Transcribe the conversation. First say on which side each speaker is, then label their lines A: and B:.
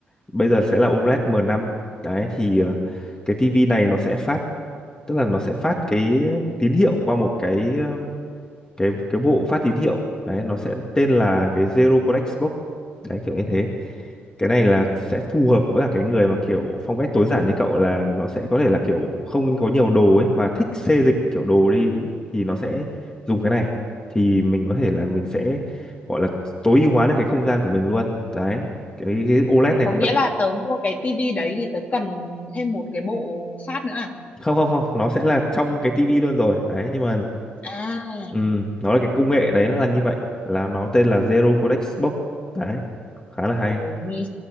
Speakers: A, on the left; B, on the left.
A: bây giờ sẽ là OLED M5 đấy thì ờ, cái tivi này nó sẽ phát tức là nó sẽ phát cái tín hiệu qua một cái ờ, cái cái bộ phát tín hiệu đấy nó sẽ tên là cái Zero Codex Box đấy kiểu như thế cái này là sẽ phù hợp với cả cái người mà kiểu phong cách tối giản như cậu là nó sẽ có thể là kiểu không có nhiều đồ ấy và thích xê dịch kiểu đồ đi thì nó sẽ dùng cái này thì mình có thể là mình sẽ gọi là tối ưu hóa được cái không gian của mình luôn đấy cái, cái OLED
B: thì
A: này
B: có
A: cũng
B: nghĩa
A: là
B: là tớ mua cái tivi đấy thì tớ cần thêm một cái bộ phát nữa à
A: không không không nó sẽ là trong cái tivi luôn rồi đấy nhưng mà
B: à
A: ừm, nó là cái công nghệ đấy là như vậy là nó tên là Zero Codex Box đấy khá là
B: Ồ,
A: hay
B: nghe